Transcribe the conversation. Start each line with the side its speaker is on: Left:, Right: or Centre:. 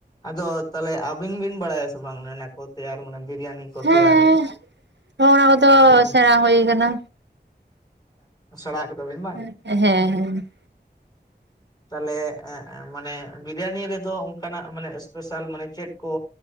Left: ᱟᱫᱚ ᱛᱟᱦᱚᱞᱮ ᱟᱵᱤᱱ ᱵᱤᱱ ᱵᱟᱲᱟᱭᱟ ᱥᱮ ᱵᱟᱝ ᱚᱱᱮ ᱚᱱᱟ ᱠᱚ ᱛᱮᱭᱟᱨ ᱢᱟᱱᱮ ᱵᱤᱨᱤᱭᱟᱱᱤ ᱠᱚ
Right: ᱦᱮᱸ
Left: ᱛᱮᱭᱟᱨ
Right: ᱚᱱᱟ ᱠᱚᱫᱚ
Left: ᱦᱮᱸ
Right: ᱥᱮᱬᱟ
Left: ᱾
Right: ᱦᱩᱭ ᱠᱟᱱᱟ
Left: ᱥᱮᱬᱟ ᱠᱟᱫᱟ ᱵᱤᱱ ᱵᱟᱝ
Right: ᱦᱮᱸ ᱦᱮᱸ
Left: ᱛᱟᱦᱚᱞᱮ ᱮᱻᱮᱻ ᱢᱟᱱᱮ ᱵᱤᱨᱤᱭᱟᱱᱤ ᱨᱮᱫᱚ ᱚᱱᱠᱟᱱᱟᱜ ᱢᱟᱱᱮ ᱮᱥᱯᱮᱥᱟᱞ ᱢᱟᱱᱮ ᱪᱮᱫ ᱠᱚ